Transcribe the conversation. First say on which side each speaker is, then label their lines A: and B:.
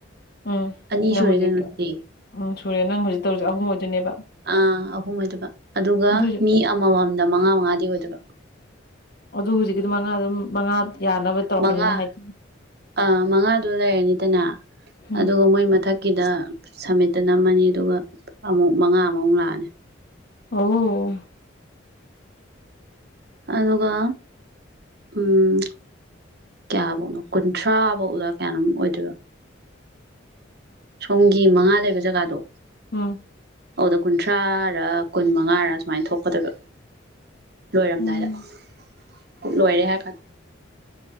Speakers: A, on the left; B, on the right.
A: ꯎꯝ
B: ꯑꯅꯤ
A: ꯅꯪ
B: ꯁꯨꯔꯦ
A: ꯍꯧꯖꯤꯛ
B: ꯀꯩꯅꯣꯗꯨꯗꯤ
A: ꯎꯝ ꯁꯨꯔꯦ ꯅꯪ ꯍꯧꯖꯤꯛ ꯇꯧꯔꯁꯛ ꯑꯍꯨꯝ ꯑꯣꯏꯗꯨꯅꯦꯕ
B: ꯑ ꯑꯍꯨꯝ ꯑꯣꯏꯗꯕ ꯑꯗꯨꯒ
A: ꯑꯗꯨꯁꯨ
B: ꯃꯤ ꯑꯃꯃꯝꯗ ꯃꯉꯥ ꯃꯉꯥꯗꯤ ꯑꯣꯏꯗꯕ
A: ꯑꯗꯨ ꯍꯧꯖꯤꯛꯇꯤ ꯑꯗꯨꯝ ꯃꯉꯥ ꯑꯗꯨꯝ ꯃꯉꯥ ꯌꯥꯅꯕ ꯇꯧꯔꯛꯄꯅꯤꯅ
B: ꯃꯉꯥ
A: ꯍꯥꯏꯗꯤ
B: ꯑꯥ ꯃꯉꯥꯗꯨ ꯂꯩꯔꯅꯤꯗꯅ
A: ꯎꯝ
B: ꯑꯗꯨꯒ ꯃꯣꯏ ꯃꯊꯛꯀꯤꯗ ꯁꯃꯤꯠꯇ ꯅꯝꯃꯅꯤ ꯑꯗꯨꯒ ꯑꯃꯨꯛ ꯃꯉꯥ ꯑꯃꯃꯨꯛ ꯂꯥꯛꯑꯅꯤ
A: ꯑꯣ
B: ꯑꯗꯨꯒ ꯎꯝ ꯀꯌꯥꯐꯧꯅꯣ ꯀꯨꯟꯊ꯭ꯔꯥ ꯐꯧꯅ ꯀꯌꯥꯅꯣꯝ ꯑꯣꯏꯗꯣꯏꯕꯣ ꯁꯣꯝꯒꯤ ꯃꯉꯥ ꯂꯩꯕ ꯖꯒꯥꯗꯣ
A: ꯎꯝ
B: ꯑꯗꯨꯗ ꯀꯨꯟꯊ꯭ꯔꯥꯔ ꯀꯨꯟ ꯃꯉꯥꯔꯥ ꯁꯨꯃꯥꯏꯅ ꯊꯣꯛꯀꯗꯣꯏꯕ ꯂꯣꯏꯔꯝꯗꯥꯏꯗ
A: ꯎꯝ
B: ꯀꯛ ꯂꯣꯏꯔꯦ ꯍꯥꯏ ꯈꯦ